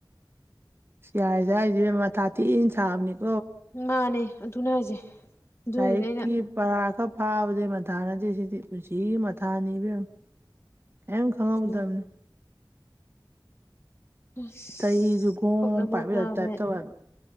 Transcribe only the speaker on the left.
ꯃꯥꯅꯦ ꯑꯗꯨꯅ ꯍꯥꯏꯁꯦ ꯑꯗꯨꯅꯅꯦ
ꯑꯩꯅ
ꯑꯗꯨꯝ
ꯑꯁ
ꯄꯣꯛꯅ ꯑꯃꯝ
ꯅꯥꯕꯅꯦ